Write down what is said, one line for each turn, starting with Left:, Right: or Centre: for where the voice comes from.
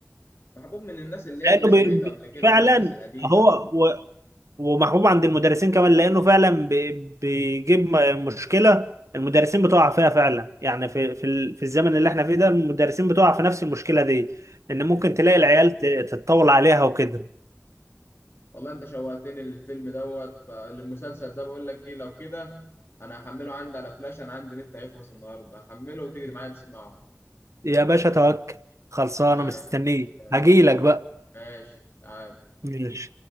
Left: محبوب من الناس اللي هي
Right: لانه
Left: اللي سمعته
Right: بي... بي-
Left: قبل كده
Right: فعلا
Left: بقى الناس القديمه
Right: هو ومحبوب عند المدرسين كمان لانه فعلا بي- بيجيب م- مشكله المدرسين بتقع فيها فعلا يعني في في ال- في الزمن اللي احنا فيه ده المدرسين بتقع في نفس المشكله دي ان
Left: امم
Right: ممكن تلاقي العيال ت- تتطول عليها وكده
Left: والله انت شوقتني للفيلم دوت فالمسلسل ده بقول لك ايه لو كده انا هحمله عندي على فلاش انا عندي نت هيخلص النهارده هحمله وتيجي معايا تسمعه
Right: يا باشا توكل خلصانه
Left: تمام
Right: مستنيه
Left: سلام
Right: هجيلك بقى
Left: ماشي تعال
Right: ماشي